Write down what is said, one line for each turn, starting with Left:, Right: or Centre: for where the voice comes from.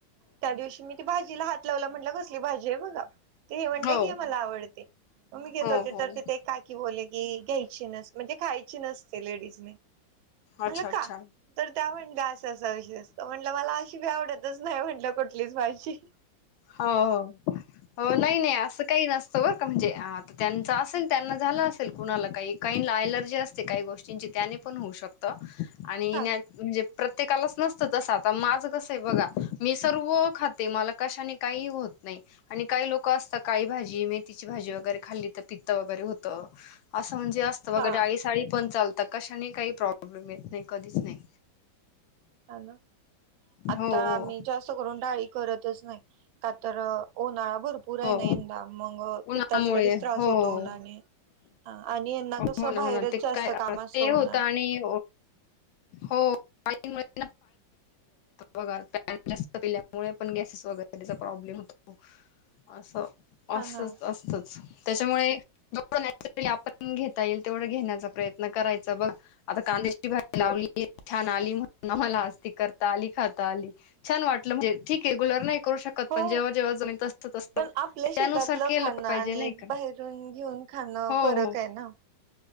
Right: त्या दिवशी मी. भाजीला हात लावला म्हटलं कसली भाजी आहे बघा. ते हे म्हणलं
Left: हो
Right: की हे मला आवडते. मग मी घेत
Left: हो
Right: होते
Left: हो
Right: तर
Left: हो
Right: तिथे काय की बोलले की घ्यायची नसते. म्हणजे खायची नसते लेडीजे म्हटलं
Left: अच्छा अच्छा
Right: का? तर त्या म्हणल्या असं असा विषय असत, म्हटलं मला अशी बी आवडतच नाही म्हटलं. कुठलीच माझी.
Left: हो हो, हो नाही-नाही अस काही नसतं बर का, म्हणजे आ त्यांचं असेल त्यांना झाला असेल कुणाला काही काहीला एलर्जी असते काही गोष्टी ची त्याने पण होऊ शकतं, आणि
Right: हा ना
Left: न म्हणजे प्रत्येकालाच नसतं तसं आता माझं कसं आहे बघा मी सर्व खाते मला कशाने काही होत नाही. आणि काही लोक असतात काळी भाजी, मेथीची भाजी वगैरे खाल्ली तर पित्त वगैरे होतं. असं म्हणजे असतं बघ
Right: हा
Left: डाळी-साळी पण चालता कशाने, काही प्रॉब्लेम येत नाही कधीच नाही.
Right: हॅलो, आता
Left: हो हो
Right: आम्ही जास्त करून डाळी करतच नाही का तर उन्हाळा भर पूर आहे
Left: हो
Right: ना
Left: हो.
Right: यंदा मग
Left: उन्हामुळे
Right: पित्ताचा लगेच त्रास
Left: हो
Right: होतो उन्हाने, हा आणि यांना कसं
Left: हो ना
Right: बाहेरच
Left: हो ना ते
Right: जास्त
Left: काय
Right: काम
Left: ते
Right: असतं
Left: होतं
Right: उन्हात.
Left: आणि हो. काय-काय <unintelligible> बघा पाणी जास्त पिल्यामुळे पण गॅसेस वगैरेचा प्रॉब्लेम होत. असं
Right: हा
Left: असच
Right: ना
Left: असतच. त्याच्यामुळे <unintelligible> नॅचरली आपण घेता येईल तेवढं घेण्याचा प्रयत्न करायचा बघा. आता कांद्याची भाजी लावली, छान आली म्हणून आम्हांला आज करता आली, खाता आली. छान वाटलं म्हणजे ठीक रेगुलर नाही करू शकत
Right: हो.
Left: पण जेव्हा जेव्हा जमेल तसं चल असतं,
Right: पण आपल्या शेतातलं
Left: त्यानुसार केलं
Right: खाणं
Left: पाहिजे
Right: आणि
Left: नाही का,
Right: बाहेरून घेऊन खाणं
Left: हो.
Right: फरक
Left: हो.
Right: आहे ना.